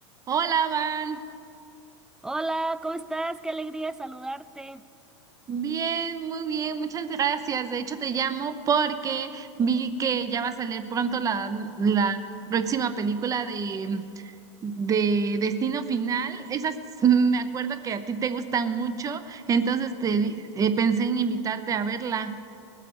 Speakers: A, on the right; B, in the centre.
A: Hola, Van.
B: Hola, ¿cómo estás? Qué alegría saludarte.
A: Bien, muy bien, muchas gracias. De hecho, te llamo porque vi que ya va a salir pronto la, la próxima película de, de Destino Final. Esas mm, me acuerdo que a ti te gustan mucho, entonces te, vi- eh, pensé en invitarte a verla.